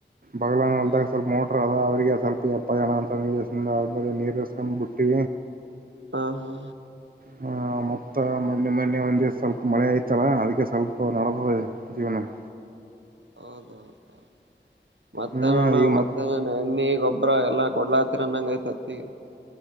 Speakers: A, on the right; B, on the right.
A: ಬಗ್ಲ ಅಂದಾಗ
B: ಹ
A: ಸ್ವಲ್ಪ ಮೋಟರ್ ಅದ ರಿಗೆ ಸ್ವಲ್ಪ ಎಪ್ಪ ಜನ ಅಂತ ಬ ನೀರುಸ್ಕೊಂಡ್ ಬಿುಟ್ಟಿ
B: ಹಾ ಹಾ
A: ಹ ಮತ್ತ ಮೊನ್ನೆ ಮೊನ್ನೆ ಒಂದಿವ ಸ್ವಲ್ಪ ಮಳೆ ಆಯ್ತಲ್ಲ ಅದಕ್ಕೆ ಸ್ವಲ್ಪ ನಡತದೆ ಜೀವನ ಹ
B: ಹೌದ ಹೌ ಮತ್ತೆಣ
A: ಹ್ಮ್ ಈಗ
B: ಮತ್ತ
A: ಮತ್
B: ಎಣ್ಣೆಬ್ಬ ಅಬ್ರ ಎಲ್ಲಾ ಕೊಡ್ಲಾ ಹತ್ತರನ್ನಂಗ ಐತತ್ತತಿ